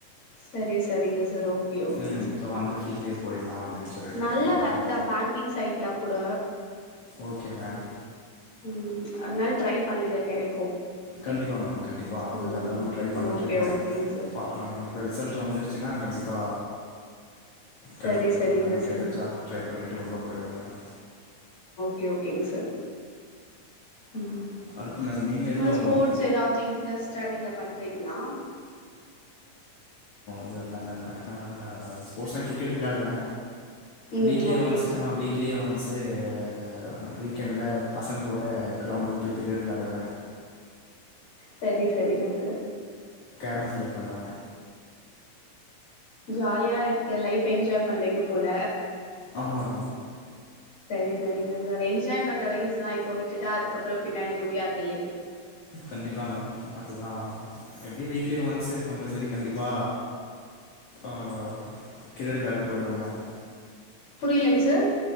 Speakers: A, on the left (about 35°); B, on the left (about 55°).
A: சரி சரிங்க ஸ் சார் ஓகே ஓகேங்
B: ம்
A: சார்
B: ஸோ அந்த ஃபீல்ட்லேயே போயிடலாம் அப்படின்னு சொல்லிட்டு
A: நல்ல
B: மேம் ஏன்னா
A: வர்க்தா பேங்கிங் சைட்ல கூட
B: ஓகே மேம்
A: ம் அதுனால் ட்ரை பண்ணுங்க கெடை
B: கண்டிப்பா மேம் கண்டிப்பா அந்த
A: ம்
B: ஜாப்தா மேம் ட்ரை பண்ணிட்ருக்கே
A: ஓகே ஓகேங்க சார்
B: பாக்லா மேம் இப்ப ரிசல்ட் வந்துடுச்சின்னா கண்டிப்பா
A: சரி
B: கெளம்பிடுவ
A: சரிங்க
B: மேம் அதுக்கேத்த
A: சார்
B: ஜாப் ட்ரை பண்ணிட்டு உள்ள போயிடுவே மேம்
A: கே ஓகேங் சா ம்
B: அடுத்து மேம் நீங்கள் எதுவும்
A: <unintelligible> ஸ்போட்ஸ் எதாவ்து இன்ட்ரெஸ்ட்டா நீங்க பண்றீங்கலா
B: எதோ இல்ல மேம் ஆஹ ஸ்போர்ட்ஸ்னா கிரிக்கெட்டு் விளையாடுவே
A: ம்
B: வீக்லி
A: ஓகேங்க
B: ஒன்ஸ்
A: சார்.
B: ஆமா வீக்லி ஒன்ஸ் இது வீக்கெண்டுல பசங்க கூட க்ரௌண்டுக்கு போய் கிரிக்கெட் வெளாடுவே
A: சரி சரிங்க சார்
B: கம் பிளே பண்ணுவே
A: ஜாலியா இருக்கு லைஃப் என்ஜாய் பண்றீங்க போல
B: ஆமால
A: சரி சரிங்க சார் என்ஜாய் பண்ற வயசு தா இப்போ விட்டுட்டா அதுக்கப்புறோ பின்னாடி முடியாது இல்லீங்
B: கண்டிப்பா மேம் அதுதா எப்டியு வீக்லி ஒன்ஸு கம்பல்சரி கண்டிப்பா அ கிரிக்கெட் வெளையாட போயிடுவே மேம்
A: புரியலைங்க சார்